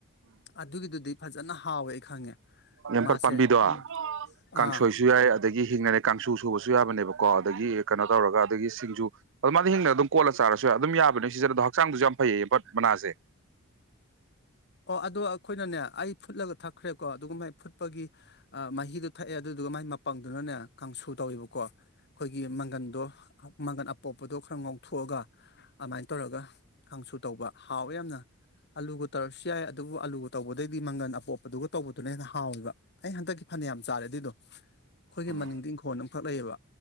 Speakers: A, on the left; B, on the right.
A: ꯑꯗꯨꯒꯤꯗꯨꯗꯤ ꯐꯖꯅ ꯍꯥꯎꯋꯦ ꯈꯪꯉꯦ
B: ꯅꯦꯝꯄꯠ
A: ꯃꯥꯁꯦ
B: ꯄꯥꯝꯕꯤꯗꯣ
A: ꯎꯝ ꯑꯥ
B: ꯀꯥꯡꯁꯣꯏꯁꯨ ꯌꯥꯏ ꯑꯗꯒꯤ ꯍꯤꯡꯅꯒꯥ ꯀꯥꯡꯁꯨ ꯁꯨꯕꯁꯨ ꯌꯥꯕꯅꯦꯕ ꯀꯣ ꯑꯗꯒꯤ ꯀꯩꯅꯣ ꯇꯧꯔꯒ ꯑꯗꯒꯤ ꯁꯤꯡꯖꯨ ꯑꯗꯨ ꯃꯥꯗꯤ ꯍꯤꯡꯅ ꯑꯗꯨꯝ ꯀꯣꯠꯂ ꯆꯥꯔꯁꯨ ꯑꯗꯨꯝ ꯌꯥꯕꯅꯦ ꯁꯤꯖꯟꯅꯗꯣ ꯍꯛꯆꯥꯡꯗꯁꯨ ꯌꯥꯝ ꯐꯩꯌꯦꯌꯦ ꯌꯦꯝꯄꯠ ꯃꯅꯥꯁꯦ
A: ꯑꯣ ꯑꯗꯣ ꯑꯩꯈꯣꯏꯅꯅꯦ ꯑꯩ ꯐꯨꯠꯂꯒ ꯊꯛꯈ꯭ꯔꯦꯀꯣ ꯑꯗꯨꯒꯨ ꯃꯥꯏ ꯐꯨꯠꯄꯒꯤ ꯃꯍꯤꯗꯣ ꯊꯛꯑꯦ ꯑꯗꯨꯗꯨꯒ ꯃꯥꯏ ꯃꯄꯪꯗꯨꯅꯅꯦ ꯀꯥꯡꯁꯨ ꯇꯧꯋꯦꯕꯀꯣ ꯑꯩꯈꯣꯏꯒꯤ ꯃꯪꯒꯟꯗꯣ ꯃꯪꯒꯟ ꯑꯄꯣꯞꯄꯗꯣ ꯈꯔ ꯉꯧꯊꯣꯛꯑꯒ ꯑꯃꯥꯏꯅ ꯇꯧꯔꯒ ꯀꯥꯡꯁꯨ ꯇꯧꯕ ꯍꯥꯎꯋꯦ ꯌꯥꯝꯅ ꯑꯂꯨꯒ ꯇꯧꯔ ꯁꯨ ꯌꯥꯏ ꯑꯗꯨꯕꯨ ꯑꯂꯨꯒ ꯇꯧꯕꯗꯩꯗꯤ ꯃꯪꯒꯟ ꯑꯄꯣꯞꯄꯗꯨꯒ ꯇꯧꯕꯗꯨꯅ ꯍꯦꯟꯅ ꯍꯥꯎꯋꯕ ꯑꯩ ꯍꯟꯗꯛꯀꯤ ꯐꯅꯌꯥꯝ ꯆꯥꯔꯦ ꯑꯗꯨꯏꯗꯣ ꯑꯩꯈꯣꯏꯒꯤ
B: ꯎꯝ
A: ꯃꯅꯤꯡꯗꯤ ꯏꯪꯈꯣꯜ ꯑꯃꯈꯛ ꯂꯩꯌꯦꯕ